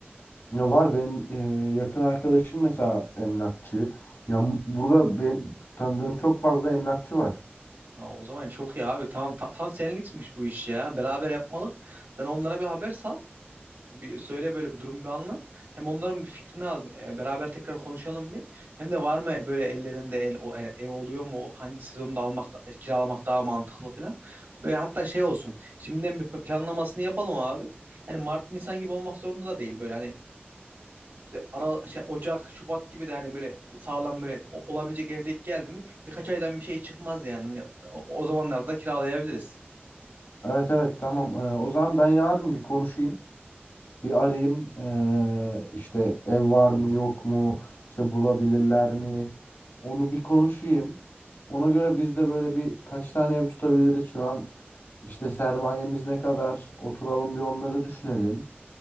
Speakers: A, on the left; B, on the right.
A: Ya var benim e, yakın arkadaşım mesela emlakçı. Ya m- burada ben, tanıdığım çok fazla emlakçı var.
B: Ha, o zaman çok iyi abi. Tamam ta- tam senlikmiş bu iş ya. Beraber yapmalık. Sen onlara bir haber sal. Bir söyle böyle bir durumu bir anlat. Hem onların bir fikrini al. E, Beraber tekrar konuşalım bir. Hem de var mı böyle ellerinde el, o, e, ev oluyor mu? Hangi sezonda almak da- e, kiralamak daha mantıklı falan. Böyle hatta şey olsun. Şimdiden bir planlamasını yapalım abi. Yani Mart Nisan gibi olmak zorunda da değil böyle hani İşte ara, şey, Ocak, Şubat gibi de hani böyle sağlam böyle o- olabilecek evdeki geldi mi birkaç aydan bir şey çıkmaz yani. Hani o, o zamanlarda da kiralayabiliriz.
A: Evet evet tamam. Ee, o zaman ben yarın bir konuşayım. Bir arayayım. Ee, işte ev var mı yok mu? İşte bulabilirler mi? Onu bir konuşayım. Ona göre biz de böyle bir kaç tane ev tutabiliriz şu an. İşte sermayemiz ne kadar? Oturalım bir onları düşünelim.